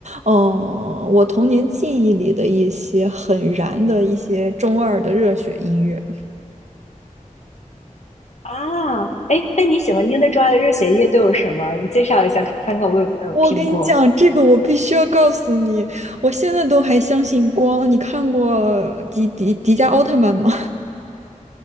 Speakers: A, on the right (about 60°); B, on the left (about 55°).
A: 嗯，我童年记忆里的一些很燃的一些中二的热血音乐。
B: 啊，哎，那你喜欢听的之外的热血乐都有什么？你介绍一下，看看我有没有听过。
A: 我跟你讲，这个我必须要告诉你，我现在都还相信光。你看过迪迪迪迦奥特曼吗？